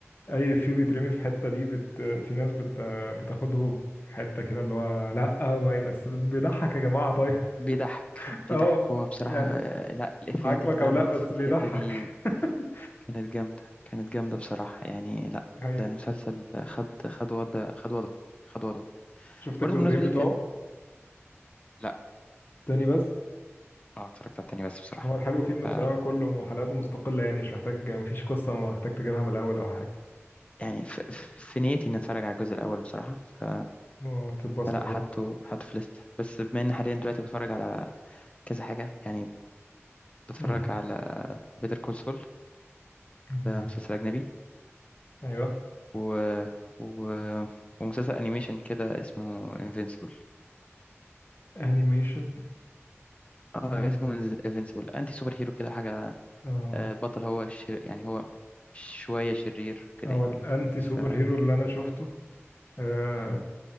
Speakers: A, on the left; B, on the left.
A: اي في بيترمي في حته دي بت في ناس بت بتاخده في حته كده اللي هو لا ما ي- بس بيضحك يا جماعه طيب
B: بيضحك
A: <laughs> اه
B: بيضحك هو بصراحة
A: يعني
B: آه، لا الإفيهات
A: عاجبك
B: اللي اتعملت
A: او لا بس
B: في الحتة
A: بيضحك
B: دي
A: <laughs>
B: كانت جامدة كانت جامدة بصراحة يعني لا
A: دي حقيقة
B: ده المسلسل خد خد وضع خد وضعه خد وضعه
A: شفت
B: برضه
A: الجزئين
B: بالمناسبة دي
A: بتوعه
B: كان لا
A: تاني بس
B: اه اتفرجت على التاني بس بصراحة
A: هو الحلو فيه انه
B: ف
A: بصراحه كله حلقاته مستقله يعني مش محتاج مفيش قصه محتاج تجيبها من الاول او حاجه
B: يعني ف... في نيتي اني اتفرج على الجزء الاول بصراحة ف...
A: اه تتبسط
B: فلا
A: برضه
B: حطه حطه في ليست بس بما ان حاليا دلوقتي بتفرج على كذا حاجة يعني بتفرج
A: مهم.
B: على بيتر كول سول
A: <laughs>
B: ده مسلسل اجنبي
A: ايوه
B: و... و... ومسلسل انيميشن كده اسمه انفينسيبل
A: انيميشن
B: اه
A: اه
B: اسمه انفينسيبل انتي سوبر هيرو كده حاجة
A: اه
B: آه، البطل هو ش... يعني هو شوية شرير وكده
A: هو
B: يعني
A: الانتي
B: ف...
A: سوبر هيرو اللي انا شفته آه،